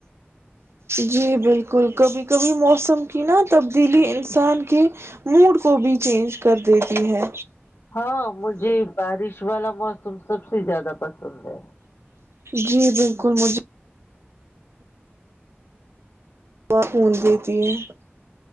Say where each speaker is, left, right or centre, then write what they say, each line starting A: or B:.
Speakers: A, on the right; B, on the left.
A: جی بالکل کبھی کبھی موسم کی نا تبدیلی انسان کے موڈ کو بھی چینج کر دیتی ہے
B: ہاں مجھے بارش والا موسم سب سے زیادہ پسند ہے
A: جی بالکل مجھے وہ ہ جی تین <inaudible>